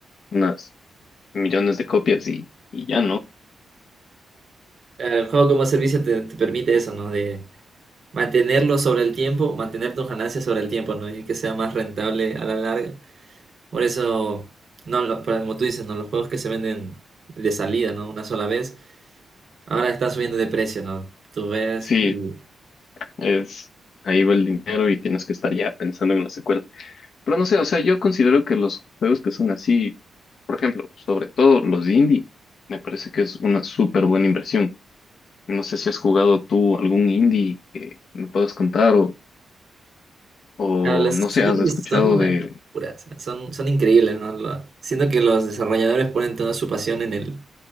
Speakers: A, on the left (about 70°); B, on the right (about 60°).
A: unas millones de copias y, y ya, ¿no?
B: Eh, El juego como servicio te, te permite eso, ¿no? De mantenerlo sobre el tiempo, mantener tus ganancias sobre el tiempo, ¿no? Y que sea más rentable a la larga. Por eso, no, lo- por- como tú dices, ¿no? los juegos que se venden de salida, ¿no? Una sola vez, ahora están subiendo de precio, ¿no? Tú ves
A: Sí,
B: y...
A: es ahí va el dinero y tienes que estar ya pensando en la secuela. Pero no sé, o sea, yo considero que los juegos que son así, por ejemplo, sobre todo los indie, me parece que es una súper buena inversión. No sé si has jugado tú algún indie que me puedas contar o, o
B: Claro, los
A: no sé,
B: indies
A: has escuchado
B: son una
A: de...
B: locura, o sea, son, son increíbles, ¿no? Lo- siento que los desarrolladores ponen toda su pasión en el,